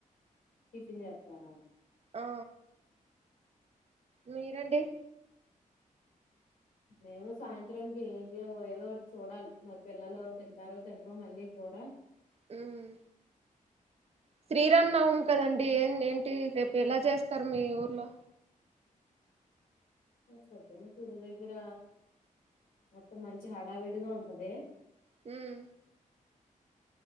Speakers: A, on the left; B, on the right.
A: టిఫిన్ చేత్తారా
B: ఆ మీరండి
A: మేమూ సాయంత్రానికి ఏదో ఏదో ఓటి చూడాలి నా పిల్లలు తింటారో తినరో మళ్ళీ కూర
B: హ్మ్ శ్రీరాం నవమి కదండి ఏమ్ ఏంటి రేపు ఎలా చేస్తారు మీ ఊర్లో
A: <unintelligible> దగ్గర మొత్తం మంచి హడావిడిగా ఉంటది.
B: హ్మ్